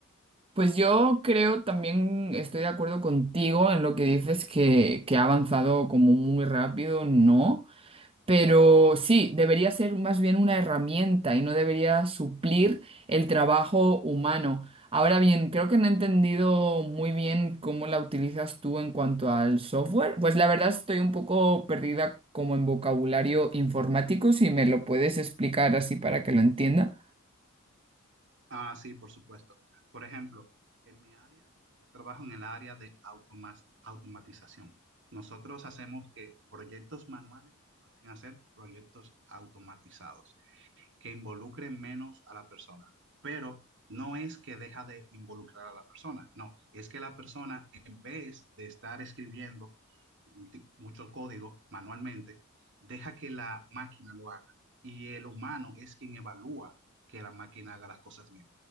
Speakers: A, on the right (about 25°); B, on the right (about 60°).
A: Pues yo creo también estoy de acuerdo contigo en lo que dices que, que ha avanzado como muy rápido, ¿no? Pero sí, debería ser más bien una herramienta y no debería suplir el trabajo humano. Ahora bien, creo que no he entendido muy bien cómo la utilizas tú en cuanto al software. Pues la verdad estoy un poco perdida como en vocabulario informático, si me lo puedes explicar así para que lo entienda.
B: Ah, sí, por supuesto. Por ejemplo, en mi área, yo trabajo en el área de automas- automatización. Nosotros hacemos que proyectos manuales pasen a ser proyectos automatizados que involucren menos a la persona. Pero no es que deja de involucrar a la persona, no, es que la persona en vez de estar escribiendo mucho código manualmente, deja que la máquina lo haga y el humano es quien evalúa que la máquina haga las cosas bien.